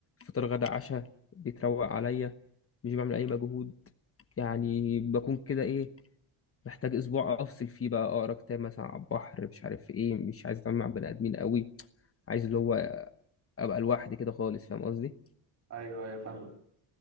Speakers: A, on the left (about 30°); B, on the right (about 40°).
A: فطار غدا عشاء بيتروق عليا مش بعمل اي مجهود يعني بكون كده ايه محتاج اسبوع افصل فيه بقى اقرا كتاب مثلا على البحر مش عارف ايه مش عايز اتعامل مع بني ادمين قوي عايز اللي هو ابقى لوحدي كده خالص فاهم قصدي
B: ايوه ايوه فاهمة